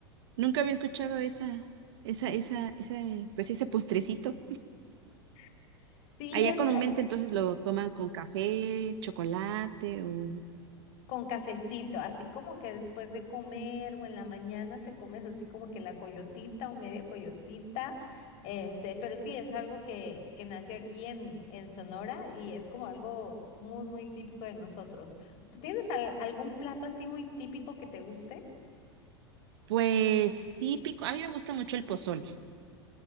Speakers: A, on the right (about 70°); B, on the left (about 55°).
A: nunca había escuchado esa, esa, esa, esa, eh, pues ese postrecito.
B: <laughs> Sí,
A: Allá
B: es,
A: comúnmente entonces lo toman con café, chocolate o
B: Con cafecito, así como que después de comer o en la mañana te comes así como que la coyotita o media coyotita, este, pero sí, es algo que, que nació aquí en, en Sonora y es como algo muy, muy típico de nosotros. ¿Tú tienes al- algún plato así muy típico que te guste?
A: pues típico. A mí me gusta mucho el pozole.